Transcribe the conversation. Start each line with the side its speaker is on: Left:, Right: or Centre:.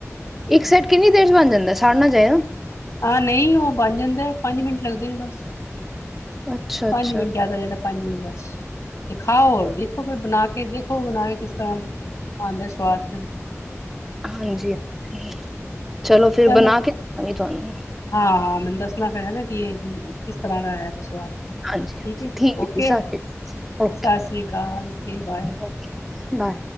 Centre: ਇੱਕ ਸਾਈਟ ਕਿੰਨੀ ਦੇਰ ਚ ਬਣ ਜਾਂਦਾ ਸੜ ਨਾ ਜਾਏ ਨਾ।
Left: ਹਾਂ ਨਹੀਂ ਉਹ ਬਣ ਜਾਂਦਾ, ਪੰਜ ਮਿੰਟ ਲੱਗਦੇ ਨੇ ਬਸ।
Centre: ਅੱਛਾ
Left: ਪੰਜ
Centre: ਅੱਛਾ
Left: ਮਿੰਟ ਜਿਆਦਾ ਤੋਂ ਜ਼ਿਆਦਾ ਪੰਜ ਮਿੰਟ ਬਸ। ਤੇ ਖਾਓ ਦੇਖੋ ਫਿਰ ਬਣਾ ਕੇ ਦੇਖੋ ਬਣਾ ਕੇ ਕਿਸ ਤਰ੍ਹਾਂ। ਆਉਂਦੇ ਸਵਾਦ ਚ।
Centre: ਹਾਂਜੀ ਹ ਚਲੋ ਫਿਰ
Left: ਚੱਲ
Centre: ਬਣਾ ਕੇ ਖਵਾਵਾਂਗੇ ਤੁਹਾਨੂੰ।
Left: ਹਾਂ, ਹਾਂ ਮੈਨੂੰ ਦੱਸਣਾ ਫਿਰ ਹੈ ਨਾ ਕਿ ਇਹ ਕਿਸ ਤਰ੍ਹਾਂ ਦਾ ਆਇਆ ਫਿਰ ਸਵਾਦ।
Centre: ਹਾਂਜੀ ਹਾਂਜੀ
Left: ਠੀਕ ਏ, ਔਕੇ
Centre: ਹੈ ਜੀ
Left: ਏ,
Centre: ਸਤਿ
Left: ਸਤਿ
Centre: ਸ਼੍ਰੀ ਅਕਾਲ ਓਕੇ
Left: ਸ੍ਰੀ ਅਕਾਲ, ਔਕੇ ਬਾਏ।
Centre: Okay bye